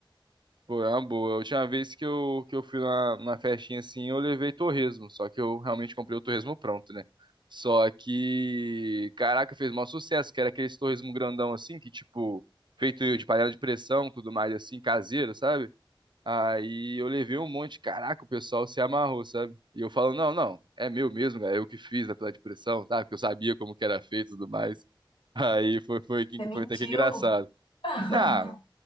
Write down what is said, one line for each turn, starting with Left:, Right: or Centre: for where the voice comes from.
Right: Pô, é uma boa. A última vez que eu, que eu fui na, na festinha assim, eu levei torresmo. Só que eu realmente comprei o torresmo pronto, né? Só que, caraca, fez maior sucesso, que era aqueles torresmo grandão assim, que tipo, feito de panela de pressão, tudo mais assim, caseiro, sabe? Aí eu levei um monte, caraca, o pessoal se amarrou, sabe? E eu falo, não, não, é meu mesmo, é eu que fiz na panela de pressão, tá? Porque eu sabia como que era feito e tudo mais. Aí foi, foi,
Left: Você mentiu?
Right: foi até que engraçado.
Left: <laughs>
Right: Ah,